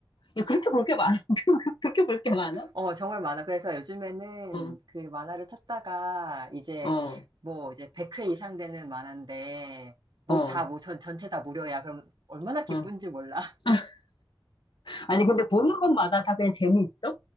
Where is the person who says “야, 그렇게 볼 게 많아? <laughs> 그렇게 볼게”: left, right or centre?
Left